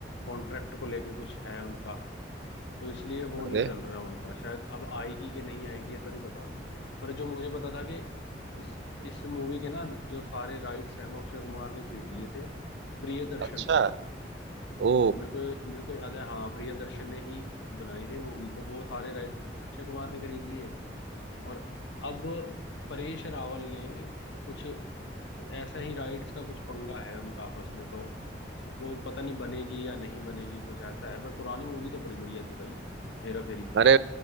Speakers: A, on the left; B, on the right.
A: कॉन्ट्रैक्ट को लेके कुछ है उनका तो इसलिए वो
B: अरे
A: नहीं चल रहा उनका शायद अब आएगी कि नहीं आएगी ये तो नहीं पता पर जो मुझे पता था कि इस इस मूवी के ना जो सारे राइट्स हैं वो अक्षय कुमार ने खरीद लिए थे प्रियदर्शन
B: अच्छा
A: से
B: ओ
A: मेरे को मेरे को याद है हाँ प्रियदर्शन ने ही बनाई थी मूवी तो वो सारे राइट्स अक्षय कुमार ने खरीद लिए और अब परेश रावल ने कुछ ऐसा ही राइट्स का कुछ पंगा है उनका आपस में तो वो पता नहीं बनेगी या नहीं बनेगी कुछ ऐसा है पर पुरानी मूवी तो बड़ी बढ़िया थी भाई हेरा फेरी
B: अरे